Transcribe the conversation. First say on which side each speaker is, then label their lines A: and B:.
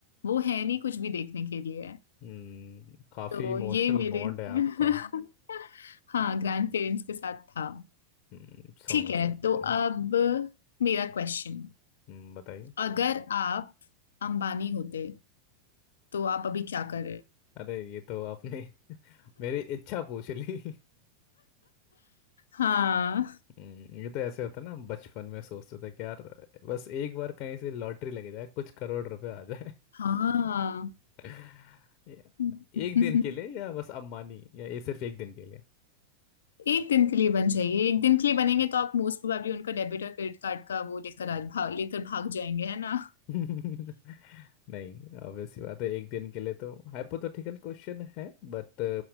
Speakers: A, on the left; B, on the left.
A: वो है नहीं कुछ भी देखने के लिए
B: हम्म काफी
A: तो
B: इमोशनल
A: ये मेरे
B: बॉन्ड है
A: <laughs>
B: आपका
A: हाँ ग्रैंड पेरेंट्स के साथ था
B: हम्म समझ
A: ठीक है
B: सकता
A: तो
B: हूँ
A: अब मेरा क्वेश्चन
B: हम्म बताइए
A: अगर आप अंबानी होते तो आप अभी क्या कर रहे
B: अरे ये तो आपने <laughs> मेरी इच्छा पूछ ली
A: हाँ
B: हम्म, ये तो ऐसे होता है ना बचपन में सोचते थे कि यार बस एक बार कहीं से लॉटरी लग जाए कुछ करोड़ रुपए आ जाए
A: हाँ
B: <laughs> या
A: <laughs>
B: एक दिन के लिए या बस अम्बानी या ये सिर्फ एक दिन के
A: एक दिन के लिए बन जाइए एक दिन के लिए बनेंगे तो आप मोस्ट प्रोबेबली उनका डेबिट और क्रेडिट कार्ड का वो लेकर आज भाग लेकर भाग जाएंगे है ना
B: लिए <laughs> नहीं ऑब्वियस सी बात है एक दिन के लिए तो हाइपोथेटिकल क्वेश्चन है बट